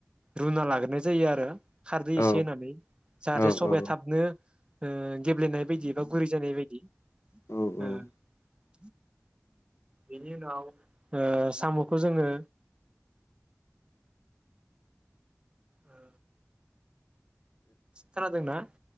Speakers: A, on the right; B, on the left.
A: रुना लाग्रोनाय जायो आरो। खारदै एसे
B: औ
A: होननानै जाहाथे
B: औ
A: सबया
B: औ
A: थाबनो ओ गेब्लेनाय बायदि बा गुरै जानाय बायदि ।
B: औ उम
A: ओ। बेनि उनाव ओ साम' खौ जोंनो ओ। खोनादोंना? अ